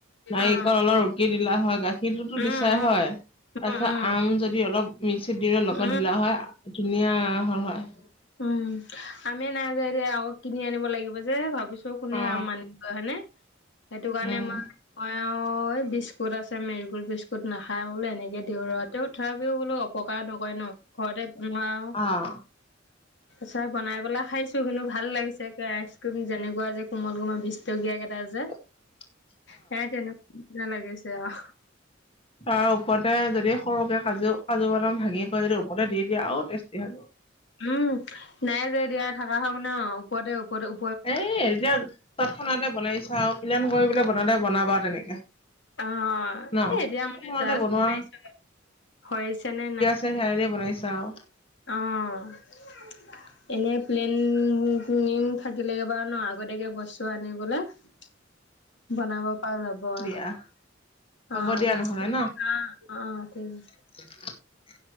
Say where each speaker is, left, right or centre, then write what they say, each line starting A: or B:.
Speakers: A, on the left; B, on the left.
A: নাৰিকল
B: অ
A: অলপ ৰুক কি দিলা হয়! গাখীৰটোতো
B: উম
A: দিছাই
B: উম
A: হয়! তাৰপিছত
B: উম উম
A: আম যদি অলপ মিক্সিত দিলে লগত
B: উম
A: দিলা হয়। ধুনীয়া হল হলাই।
B: উম, আমি নাই যে এতিয়া, আকৌ কিনি আনিব লাগিব যে- ভাবিছ চ', কোনে
A: অ
B: আম মানি <unintelligible> হয়নেে! সেইটো কাৰণে
A: উম
B: মাই অ এঅ', এই বিস্কুট আছে, মেৰিগল্ড বিস্কুট নাখায়, মই বোলোঁ এনেকে দিওঁ ৰ'। তেঁও থেৰাপিও বোলো অক পকাৰ নকৰে ন'। ঘৰতে বনোৱা আও।
A: অ'।
B: চাই বনাই পেলাই খাইছোঁ কিন্তু ভাল লাগিছে। একে আইচ-ক্ৰীম যেনেকুৱা যে, কোমল-কোমল বিছটকীয়া কেটা যে।
A: <inaudible>
B: হেয়াই তেনু না লাগিছে। অ'।
A: তাৰ ওপৰতে যদি, সৰুকে কাজু কাজু, বাদাম ভাঙি কৰি যদি ওপৰতে দি দিয়া আৰু টেষ্টি হয়।
B: উম। নাই যে দিয়া, থাকা হয় মানে অ'। ওপৰতে, ওপৰতে ও
A: এই এতিয়া তৎক্ষণাতে বনাই চাও। পিলেন কৰিবলে বনালে বনাবা আৰু তেনেকে।
B: অ',
A: ন
B: এই এতিয়া
A: তৎক্ষণাতে
B: মানে জাষ্ট
A: বনোৱা
B: <unintelligible> হৈছে নে নাই
A: তে সেয়াই দিএ বনাই চাওঁ।
B: অ'।
A: <inaudible>
B: এনে প্লেন কুনিও থাকিলে, এইবাৰ ন', আগতীয়াকে বস্তু আনিবলৈ।
A: <inaudible>
B: বনাব পৰা যাব
A: দিয়া
B: আ। অ',
A: হ'ব
B: অ'।
A: দিয়া নহ'লে
B: অ',
A: ন?
B: ঠিক আছে।
A: <inaudible>